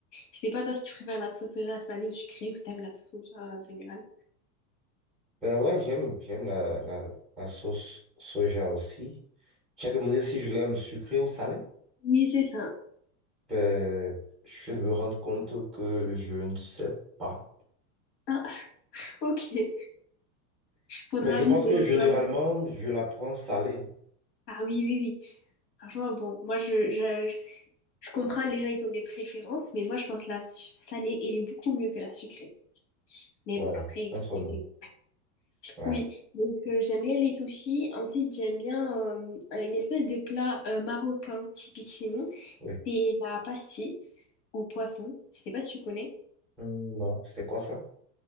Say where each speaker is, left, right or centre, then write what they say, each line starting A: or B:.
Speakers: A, on the left; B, in the centre.
A: Je sais pas, toi, si tu préfères la sauce soja salée ou sucrée ou si t'aimes la sauce soja en général.
B: Ben ouais, j'aime, j'aime la, la, la sauce soja aussi. Tu as demandé si je l'aime sucrée ou salée.
A: Oui, c'est ça.
B: Ben, je vais me rendre compte que je ne sais pas.
A: Ah, <laughs> ok. Faudra
B: Mais je
A: goûter.
B: pense que généralement,
A: Faudra goûter.
B: je la prends salée. hein.
A: Ah oui, oui, oui. Franchement, bon, moi, je, je, je, je comprends, les gens, ils ont des préférences, mais moi, je pense que la salée, elle est beaucoup mieux que la sucrée. Mais
B: Ouais,
A: bon, après,
B: entre
A: j'ai
B: nous. Ouais,
A: oui. Donc, euh, j'aime bien les sushis. Ensuite, j'aime bien euh, une espèce de plat euh, marocain typique chez nous.
B: oui.
A: C'est la pastille au poisson. Je sais pas si tu connais.
B: Hum, Non, c'est quoi ça?